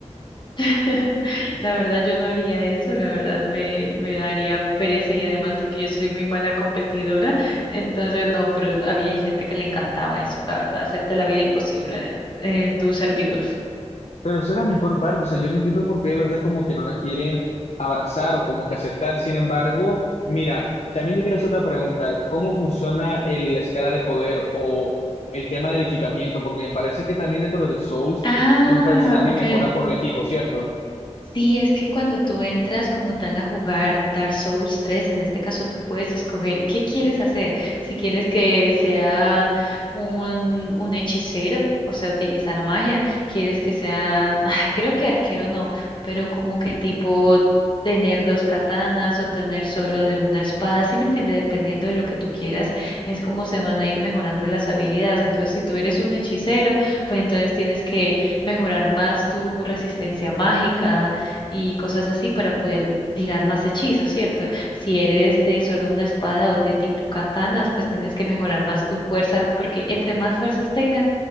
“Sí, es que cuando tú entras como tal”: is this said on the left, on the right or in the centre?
Left